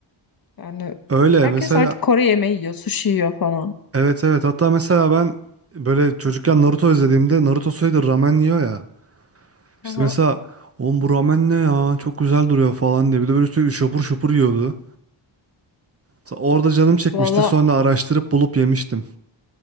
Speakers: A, on the left; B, on the right.
A: Yani
B: Öyle
A: herkes
B: mesela
A: artık Kore yemeği yiyor, sushi yiyor falan.
B: Evet evet hatta mesela ben böyle çocukken Naruto izlediğimde Naruto sürekli ramen yiyor ya. İşte
A: Aha.
B: mesela oğlum bu ramen ne ya çok güzel duruyor falan diye bir de böyle sürekli şopur şopur yiyordu. Mesela Orada canım çekmişti
A: Valla
B: sonra araştırıp bulup yemiştim.